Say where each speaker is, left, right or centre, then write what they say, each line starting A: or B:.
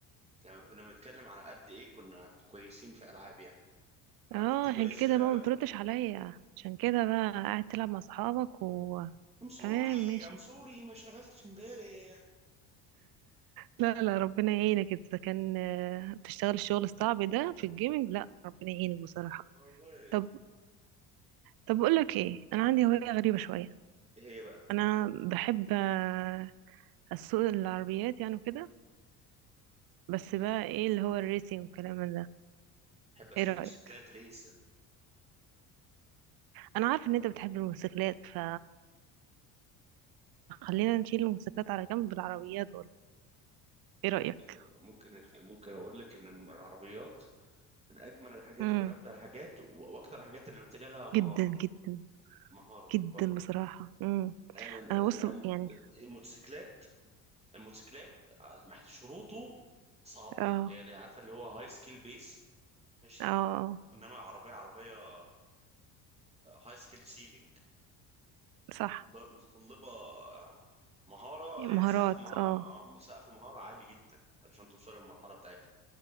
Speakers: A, on the right (about 15°); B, on the right (about 60°).
A: كان- كنا بنتكلم على قد إيه كنا كويسين في ألعاب يعني أنا
B: اه
A: كنت كويس
B: عشان كده
A: في لعبة
B: بقى ما تردش عليا عشان كده بقى قاعد تلعب مع اصحابك و
A: I'm sorry
B: تمام ماشي
A: I'm sorry ما اشتغلتش إمبارح
B: لا لا ربنا يعينك انت كان آه، بتشتغل الشغل الصعب ده في الجيمنج لا ربنا يعينك بصراحة
A: والله
B: طب طب اقول لك ايه انا عندي هواية غريبة شوية
A: إيه هي بقى
B: انا بحب آه، اسوق العربيات يعني وكده بس
A: أنت
B: بقى
A: بت-
B: ايه اللي هو الريسينج والكلام من ده
A: بحب أسوق
B: ايه رأيك
A: موتوسيكلات ريس
B: انا عارفه ان انت بتحب الموتوسيكلات ف... فخلينا نشيل الموتوسيكلات على جنب بالعربيات ايه رأيك
A: ممكن ممكن ممكن أقول لك إن العربيات من أجمل الحاجات
B: امم
A: ومن أمتع الحاجات و- وأكتر الحاجات اللي محتاجة لها مهارة
B: جدا جدا
A: مهارة
B: جدا
A: برضه
B: بصراحة امم
A: يعني الم- الم-
B: انا بص يعني
A: الموتوسيكلات الموتوسيكلات آه، محت- شروطه صعبة
B: اه
A: يعني عارفة اللي هو هاي سكيل بيس ماشي
B: اه
A: انما عربية عربية هاي سكيل سيلينج
B: صح
A: متطلبة آه، مهارة يعني
B: مهارات
A: سقف مه-
B: اه
A: م- سقف مهارة عالي جدا علشان توصل للمرحلة بتاعتها